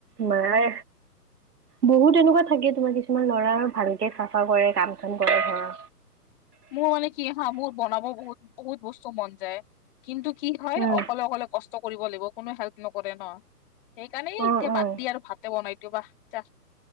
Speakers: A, on the right; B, on the left.
A: মাই বহুত এনেকুৱা থাকে তোমাৰ কিছুমান ল'ৰা ভালকে চাফা কৰে কাম চাম কৰে ধৰা
B: মোৰ মানে কি হা মোৰ বনাব বহুত বহুত বস্তু মন যায় কিন্তু কি হয়
A: উম,
B: অকলে অকলে কষ্ট কৰিব লাগিব কোনো হেল্প নকৰে ন সেইকাৰণেই
A: উম,
B: এতিয়া
A: উম,
B: বাদ দি আৰু ভাতে বনাই দিও বা যা